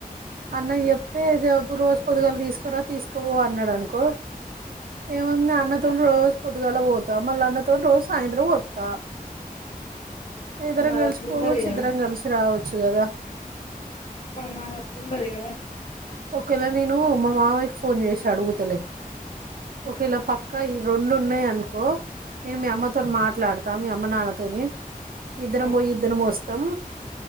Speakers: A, on the right; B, on the left.
A: అన్నకు చెప్తే అప్పుడు రోజు పొదుగాలు తీసుకు తీసుకుపొ అన్నడు అనుకో ఏముంది అన్నతోని రోజు పొద్దుగాల పోతా మళ్ళ అన్నతోని రోజు సాయంత్రం వస్తా ఇద్దరం
B: నాది
A: కలిసి
B: అట్లుండదు
A: పోవచ్చు
B: కదా
A: ఇద్దరం కలిసి రావచ్చు స్గద <unintelligible>
B: మాదట్లుండదు గదా
A: ఓకే లె నేను మా మామయ్యకి ఫోన్ చేసి అడుగుతలే ఒకేళ పక్క ఈ రెండు ఉన్నాయి అనుకో నేను మీ అమ్మతోని మాట్లాడుత తా మీ అమ్మ నాన్న తోని ఇద్దరం
B: ఆ
A: పోయి ఇద్దరం వస్త త్తం